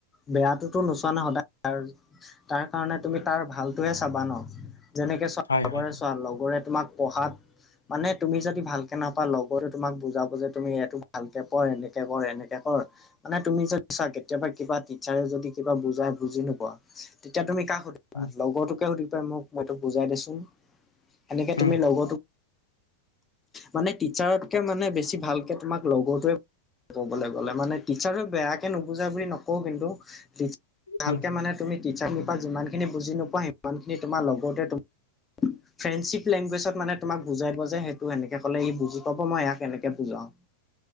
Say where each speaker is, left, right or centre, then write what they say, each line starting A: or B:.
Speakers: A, on the left; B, on the left.
A: বেয়াটোতো নোচোৱা নাই সদায় ত তাৰ কাৰণে তুমি তাৰ ভালটোহে চাবা ন। যেনেকৈ চোৱা,
B: হয়
A: লগৰে
B: হয়
A: চোৱা লগৰে তোমাক পঢ়াত- মানে তুমি যদি ভালকে নাপা লগৰটোয়ে তোমাক বুজাব যে তুমি এইটো ভালকে কৰ, এনেকে কৰ, এনেকে কৰ। মানে তুমি যদি চা কেতিয়াবা কিবা টিচাৰে যদি কিবা বুজাই বুজি নোপোৱা, তেতিয়া তুমি কাক- সুধিবা
B: উম
A: লগৰটোক হে সুধিবা, মোক মই তোক বুজাই দেচোন, এনেকে
B: উম
A: তুমি লগৰটোক - মানে টিচাৰতকে মানে বেছি ভালকে তোমাক লগৰটোৱে- ক'ব গ'লে মানে টিচাৰক বেয়াকে নুবুজাই বুলি নকওঁ কিন্তু- ভালকে
B: উম
A: মানে তুমি টিচাৰ্ পৰা যিমানখিনি বুজি নোপোৱা সিমানখিনি তোমাৰ লগৰটোৱে- ফ্ৰেণ্ড্বিপ লেংগুৱেজত মানে তোমাক বুজাই দিব যে সে- তো এনেকে ক'লে ই বুজি পাব, মই ইয়াক এনেকে বুজাও।